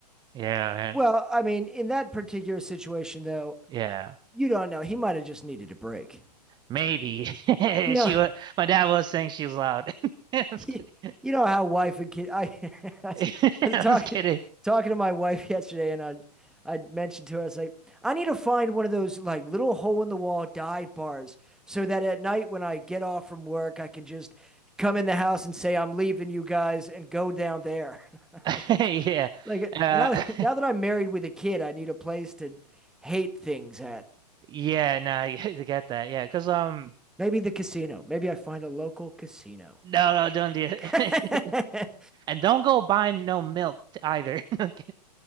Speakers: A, on the right; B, in the centre.
A: Yeah, man.
B: Well, I mean, in that particular situation, though,
A: Yeah.
B: you don't know. He might have just needed a break.
A: Maybe <laughs> she
B: You know,
A: was. My dad was saying she was loud. <laughs>
B: <laughs>
A: I'm just
B: he,
A: kidding.
B: you know how wife and kid. I, <laughs> I
A: <laughs>
B: was
A: I'm
B: talking
A: just kidding.
B: talking to my wife <laughs> yesterday, and I I mentioned to her, I was like, I need to find one of those like little hole in the wall dive bars, so that at night when I get off from work, I can just come in the house and say I'm leaving you guys and go down there. <laughs>
A: <laughs> Yeah.
B: Like
A: Uh,
B: now, now that I'm married with a kid, I need a place to hate things at.
A: <laughs> yeah. No, I <laughs> get that. Yeah, because um,
B: Maybe the casino. Maybe I find a local casino.
A: no, no, don't do it.
B: <laughs> I'm
A: <laughs> And don't go buying no milk either. <laughs>